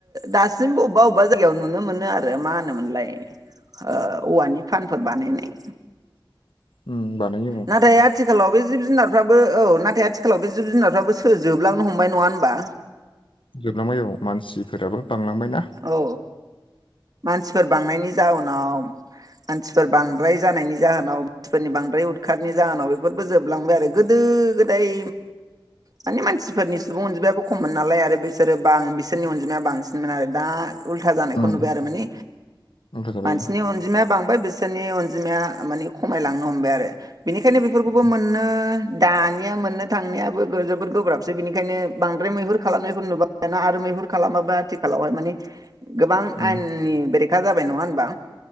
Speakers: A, on the right; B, on the left.
A: दासिमबो बबेबा अबेबा जायगायाव नुनो मोनो आरो मा होनोमोनलाय ओ औवानि फानफोर बानायनाय
B: <inaudible> बानायो औ
A: नाथाय आथिखालाव बे जिब जुनारफ्राबो औ नाथाय आथिखालाव बे जिब जुनारफ्राबो सो जोबलांनो हमबाय नङा होनबा
B: जोबलांबाय औ मानसिफोराबो बांलांबायना
A: औ मानसिफोर बांनायनि जाउनाव मानसिफोर बांद्राय जानायनि जाहोनाव मानसिफोरनि बांद्राय उदखारनि जाहोनाव बेफोरबो जोबलांबाय आरो गोदो दो गोदाय माने मानसिफोरनि सुबुं अनजिमायाबो खममोन नालाय आरो बिसोरो बां बिसोरनि अनजिमाया बांसिनमोन आरो दा उल्था जानायखौ
B: उम
A: नुबाय आरो माने
B: ओंखार जाबाय
A: मानसिनि
B: औ
A: अनजिमाया बां बाय बिसोरनि अनजिमाया माने खमायलांनो हमबाय आरो बिनिखायनो बेफोरखौबो
B: उम
A: मोननो दा दानिया मोननो थांनायाबो गो जोबोद गोब्राबसै बेनिखायनो बांद्राय मैहुर खालामनायखौ नुबा <unintelligible> ना आरो मैहुर खालाम माबा आथिखालावहाय माने गोबां
B: उम
A: आयेननि बेरेखा जाबाय नङा होनबा